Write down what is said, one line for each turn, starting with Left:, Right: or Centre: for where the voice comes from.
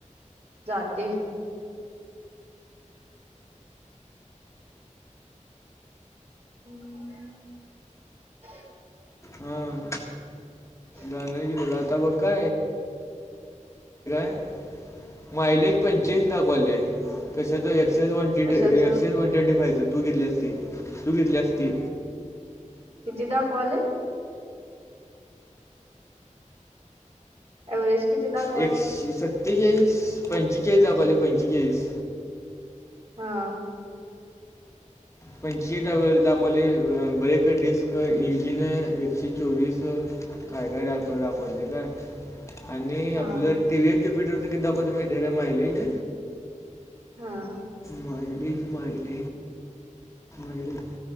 Right: जाते. अं
Left: हम.
Right: ह
Left: बघायला गेलो तर. आता बघ का <unintelligible> मायलेज पंचेचाळीस दाखवलेय. कशाच - <unintelligible>
Right: कशाच
Left: तू घेतली असती तू घेतली असती.
Right: किती दाखवायलय? ऍव्हरेज किती दाख-
Left: एकशे सत्तेचाळीस पंचेचाळीस दाबायला पाहिजे पंचेचाळीस
Right: हा
Left: पंचवीस दाखवले ब्रेकडिस्क इंजिन एकशे चोवीस काय काय दाखवत दाखवते, काय आणि
Right: हा
Left: आपलं टी व्ही आहे ज्युप्युटर किती दाखवते माहिती आहे रे मायलेज.
Right: हा
Left: मायलेट मायलेट मायलेट